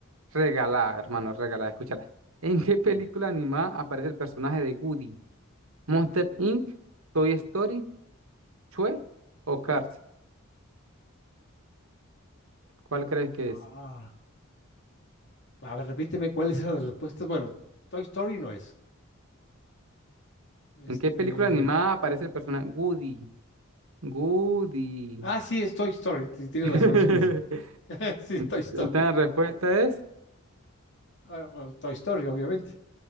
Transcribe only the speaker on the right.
Regalada, hermano, regalada, escúchala. ¿En qué película
animada aparece el personaje de Woody? ¿Monster Inc., Toy Story, Chue o Cars? ¿Cuál crees que
es?
¿En qué película animada aparece el personaje Woody? Woody.
<laughs>
En-
Entonces
la respuesta es,